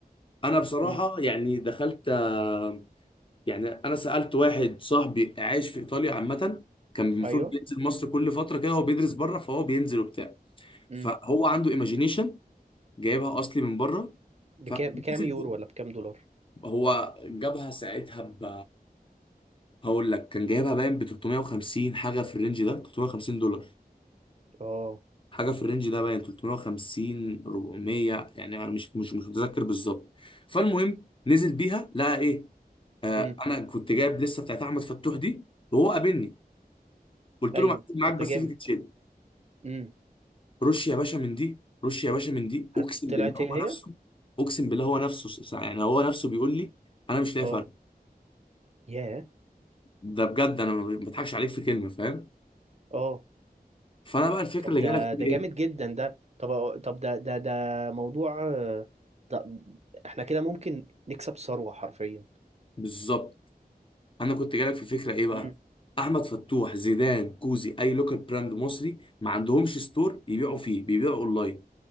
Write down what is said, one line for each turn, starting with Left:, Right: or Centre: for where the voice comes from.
Left: انا بصراحه
Right: امم
Left: يعني دخلت آه، يعني انا سالت واحد صاحبي عايش في ايطاليا عامه كان المفروض
Right: ايوه
Left: بينزل مصر كل فتره كده هو بيدرس بره فهو بينزل وبتاع
Right: امم
Left: فهو عنده ايماجينيشن جايبها اصلي من بره
Right: بكام
Left: فنزل
Right: بكام يورو
Left: دي
Right: ولا بكام دولار
Left: هو جابها ساعتها ب هقول لك كان جايبها باين ب 350 حاجه في الرينج ده 350 دولار
Right: اه
Left: حاجه في الرينج ده باين 350 400 يعني انا مش مش مش متذكر بالظبط فالمهم نزل بيها لقى ايه آه
Right: امم
Left: انا كنت جايب لسه بتاعت احمد فتوح دي وهو قابلني قلت
Right: ايوه
Left: له معاك معاك
Right: طب
Left: باسيفيك
Right: ده جامد
Left: تشيل
Right: امم
Left: رش يا باشا من دي رش يا باشا من دي
Right: هت-
Left: اقسم
Right: طلعت
Left: بالله هو
Right: هي هي
Left: نفسه اقسم بالله هو نفسه يعني هو نفسه بيقول لي انا مش لاقي
Right: اه
Left: فرق
Right: ياه
Left: ده بجد انا ما بضحكش عليك في كلمه فاهم
Right: اه
Left: فانا بقى الفكره
Right: طب
Left: اللي
Right: ده
Left: جالك في
Right: ده جامد
Left: ايه
Right: جدا ده طب طب ده ده ده موضوع آه، ده احنا كده ممكن نكسب ثروة حرفيا
Left: بالظبط انا كنت جالك في فكره ايه بقى
Right: امم
Left: احمد فتوح زيدان كوزي اي لوكال براند مصري ما عندهمش ستور يبيعوا فيه بيبيعوا اونلاين